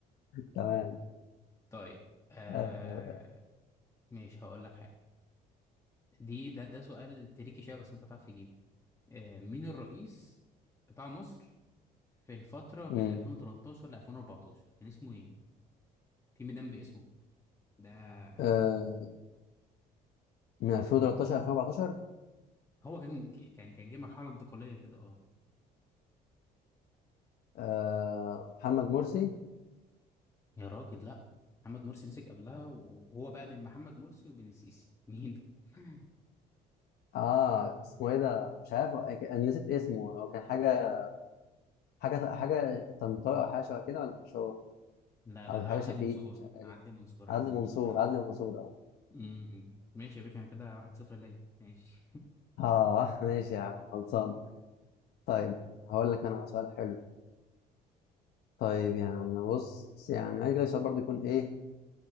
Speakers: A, on the left; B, on the left.
A: تمام
B: طيب آه
A: آه
B: ماشي هقول لك حاجة دي ده ده سؤال تريكي شوية بس أنت تعرف تجيبه آه مين الرئيس بتاع مصر في الفترة بين
A: امم
B: 2013 ل 2014 كان اسمه إيه؟ في ميدان باسمه ده يعني
A: آه من 2013 2014
B: هو كان كان كان جه مرحله انتقاليه كده اه
A: آه محمد مرسي
B: يا راجل لا محمد مرسي مسك قبلها وهو بقى بين محمد مرسي وبين السيسي مين <laughs>
A: اه اسمه ايه ده مش عارف أنا نسيت اسمه هو كان حاجه حاجه حاجه طنطاوي او حاجه شبه كده ولا مش هو
B: لا لا
A: او حاجه
B: عدلي
A: شفيق
B: منصور
A: مش عارف
B: عدلي منصور
A: عدلي
B: عدلي
A: منصور
B: منصور
A: عدلي منصور اه
B: امم ماشي يا باشا انا كده واحد صفر ليا ماشي
A: اه <laughs> ماشي يا عم خلصان طيب هقول لك انا سؤال حلو طيب يا عم بص يعني عايز لك سؤال برضه يكون ايه